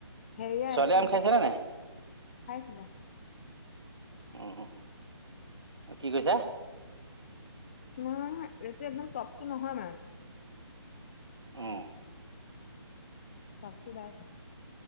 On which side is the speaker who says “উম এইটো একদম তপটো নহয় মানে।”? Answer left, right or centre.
Left